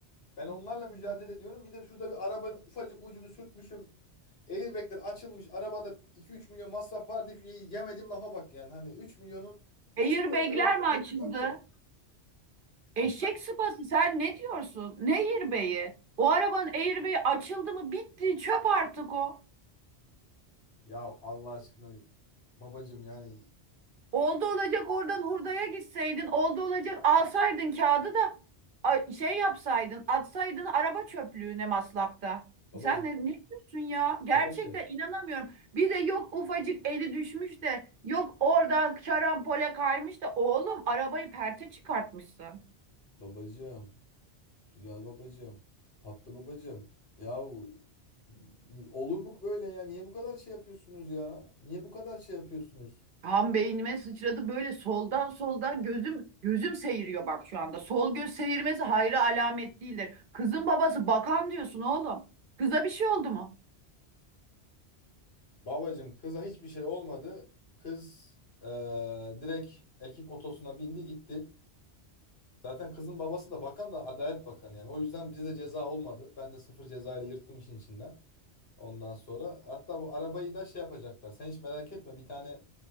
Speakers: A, on the left (about 65°); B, on the right (about 55°).
A: Ben onlarla mücadele ediyorum. Bir de şurada bir arabanın ufacık ucunu sürtmüşüm. Airbag'ler açılmış. Arabada iki üç milyon masraf var diye şu ye- yemediğim lafa bak yani. Hani 3 milyonun 3
B: Airbag'ler
A: milyon kadar kıymeti
B: mi açıldı?
A: yok mu?
B: Eşek
A: Yani
B: sıpası sen ne diyorsun? Ne airbag'i? O arabanın airbag'i açıldı mı bitti çöp artık o.
A: ya Allah aşkına babacığım yani
B: Oldu olacak oradan hurdaya gitseydin. Oldu olacak alsaydın kağıdı da a- şey yapsaydın atsaydın araba çöplüğüne maslakta.
A: Babacım,
B: Sen ne, ne diyorsun ya? Gerçekten
A: babacım,
B: inanamıyorum. Bir de yok ufacık eli düşmüş de yok oradan şarampole kaymış da oğlum arabayı perte çıkartmışsın.
A: babacım, güzel babacım, tatlı babacım. Yahu i- olur bu böyle ya? Niye bu kadar şey yapıyorsunuz ya? Niye bu kadar şey yapıyorsunuz?
B: Tam beynime sıçradı böyle soldan soldan gözüm gözüm seyiriyor bak şu anda. Sol göz seyirmesi hayra alamet değildir. Kızın babası bakan diyorsun oğlum. Kıza bir şey oldu mu?
A: Babacım kıza hiçbir şey olmadı. Kız eee, direkt ekip otosuna bindi gitti. Zaten kızın babası da bakan da Adalet Bakanı yani. O yüzden bize de ceza olmadı. Ben de sıfır cezayla yırttım işin içinden. Ondan sonra hatta bu arabayı da şey yapacaklar. Sen hiç merak etme bir tane